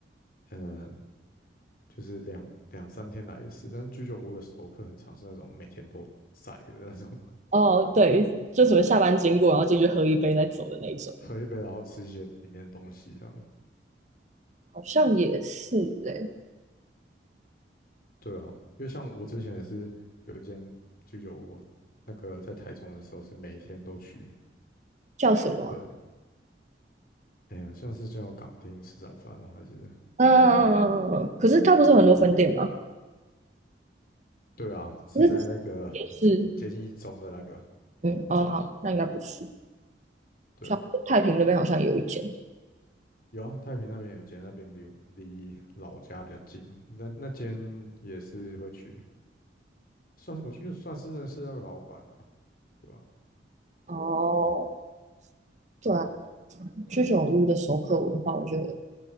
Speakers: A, on the left; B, on the right.
A: 嗯，就是两两三天来一次，但是居酒屋的熟客很常是那种每天都在的那种。
B: 哦，对，就什么下班经过，然后进去喝一杯再走的那一种，
A: 喝一杯，然后吃一些里面的东西，这样。
B: 好像也是诶、
A: 对啊，因为像我之前也是有一间居酒屋，那个在台中的时候是每天都去。
B: 叫什么啊
A: 对，哎呀，像是叫港町吃餐饭哦，还是
B: 嗯嗯嗯嗯嗯，嗯可是它不是有很多分店吗？
A: 对啊，是在那个
B: 那也是，
A: 接近一中的那个。
B: 嗯，哦，好，那应该不是，
A: 对，
B: 像太平那边好像有一间。
A: 有啊，太平那边有一间，那边离离老家比较近，那那间也是会去，算我觉得算是认识那个老板啊，对吧、
B: 哦，对啊，
A: 嗯
B: 居酒屋的熟客文化，我觉得